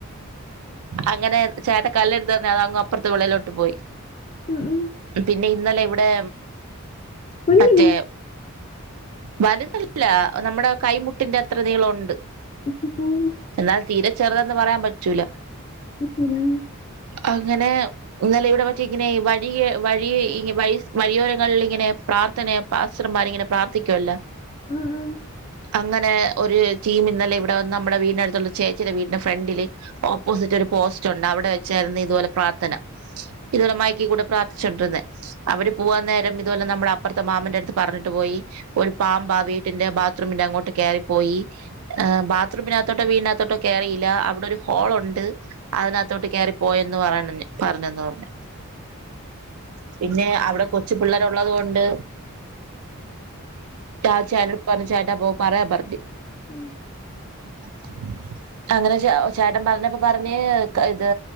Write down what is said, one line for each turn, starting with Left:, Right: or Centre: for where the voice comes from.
Right: അങ്ങനെ ചേട്ടൻ കല്ല് എടുത്ത് എറിഞ്ഞു അത് അങ്ങ് അപ്പറത്തെ വിളയിലോട്ട് പോയി
Left: മം ഉം
Right: പിന്നെ ഇന്നലെ ഇവിടെ
Left: കുഞ്ഞ
Right: മറ്റേ വലുതല്ല നമ്മുടെ കൈമുട്ടിന്റെ അത്ര നീളൊണ്ട്
Left: ആ
Right: എന്നാൽ തീരെ ചെറുതെന്ന് പറയാൻ പറ്റൂല
Left: <unintelligible>
Right: അങ്ങനെ ഇന്നലെ ഇവിടെ മറ്റേ ഇങ്ങനെ വഴിയെ വഴിയെ വഴി വഴിയോരങ്ങളിൽ ഇങ്ങനെ പ്രാർത്ഥന പാസ്റ്റർമാർ ഇങ്ങനെ പ്രാർത്ഥിക്കുവല്ല
Left: ഉം ഉം
Right: അങ്ങനെ ഒരു ടീം ഇന്നലെ ഇവിടെ വന്ന് നമ്മടെ വീടിനടുത്തുള്ള ചേച്ചിയ്ടെ വീടിന്റെ ഫ്രണ്ടില് ഓപ്പോസിറ്റ് ഒരു പോസ്റ്റ് ഉണ്ട് അവിടെ വെ ച്ചായിരുന്നു ഇതുപോലെ പ്രാർത്ഥന ഇതുപോലെ മയക്കികൂടെ പ്രാർത്ഥിച്ചുകൊണ്ടിരന്നെ അവര് പോവാൻ നേരം അതുപോലെ നമ്മടെ അപ്പർത്തെ മാമന്റെ അ ട്ത്ത് പറഞ്ഞിട്ട് പോയി ഒരു പാമ്പാ വീട്ടിന്റെ ബാത്റൂമിന്റെ അങ്ങോട്ട് കയറിപ്പോയി ആ ബാത്റൂമിനകത്തോട്ടോ വീടിനകത്തോട്ടോ കേയറിയില്ല അവിടെ ഒരു ഹോൾ ഉണ്ട് അതിനകത്തോട്ട് കെയറി പോയന്ന് പറയ പറഞ്ഞന്ന് പറഞ്ഞു പിന്നെ അവടെ കൊച്ചു പിള്ളേർ ഉള്ളത് കൊണ്ട് ആ ചേട്ടനൊട് പറഞ്ഞു ചേട്ടാപ്പൊ പറയാം പറഞ്ഞ്
Left: ഉം
Right: ഉ അങ്ങനെ ചെ ചേട്ടൻ പറഞ്ഞപ്പോ പറഞ്ഞ് ഇത്